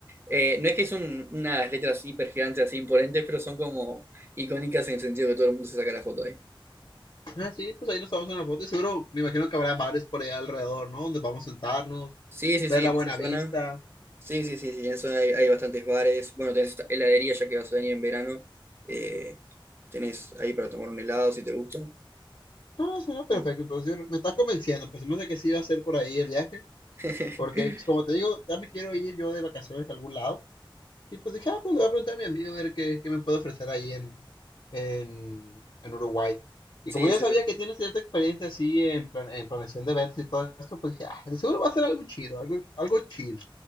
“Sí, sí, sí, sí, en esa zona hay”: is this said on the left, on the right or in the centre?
Right